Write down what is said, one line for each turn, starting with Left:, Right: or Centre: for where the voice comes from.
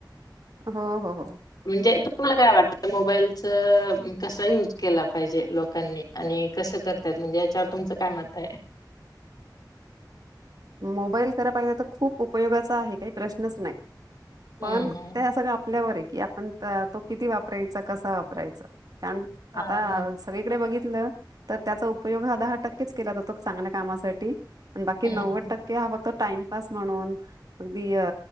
Right: हो-हो-हो
Left: म्हणजे, त तुमला काय वाटतं मोबाईलचं कसं यूज केला पाहिजे लोकांनी आणि कसं करम्हणजे याच्यावर तुमचं काय मत आहे.
Right: मोबाईल खरा पाहिजे त खूप उपयोगाचा आहे काही प्रश्नच नाही.
Left: हम्म
Right: पण त्या सगळा आप आपल्यावर आयकि आपण त तो किती वापरायचा कसा वापरायचा. कार
Left: हां
Right: आता
Left: हां
Right: सगळीकडे बघित ल, त त्याचा उपयोग हा दहा टक्केच केला जातो चांगल्या कामासाठी. अ. बाकी
Left: हम्म
Right: नव्वद ते हवं त टाइमपास म्हणून अगदी अ